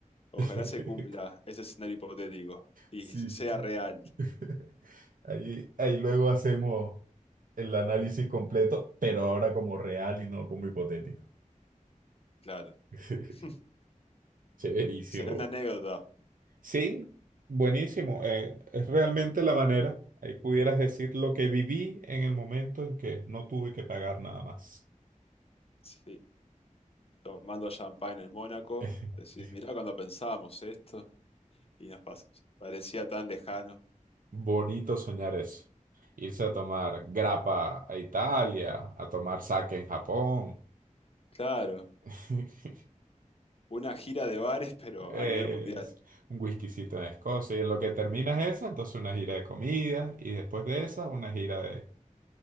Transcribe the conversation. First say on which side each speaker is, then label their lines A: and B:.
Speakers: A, on the left; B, on the right.
A: Ojalá
B: <laughs>
A: se cumpla ese escenario hipotético y
B: Sí,
A: sea
B: sí.
A: real,
B: <laughs> Ahí, ahí luego hacemos el análisis completo, pero ahora como real y no como hipotético.
A: claro.
B: <laughs>
A: <laughs>
B: Chéverísimo.
A: Será una anécdota
B: Sí, buenísimo. Eh, es realmente la manera. Ahí pudieras decir lo que viví en el momento en que no tuve que pagar nada más.
A: Sí, tomando champagne en Mónaco,
B: <laughs>
A: decís, mirá cuando pensábamos esto y nos pas- parecía tan lejano.
B: Bonito soñar eso. Irse a tomar grappa a Italia, a tomar sake en Japón,
A: Claro,
B: <laughs>
A: una gira de bares, pero
B: es
A: a nivel mundial.
B: un whiskycito en Escocia. Y en lo que terminas esa, entonces una gira de comida. Y después de esa, una gira de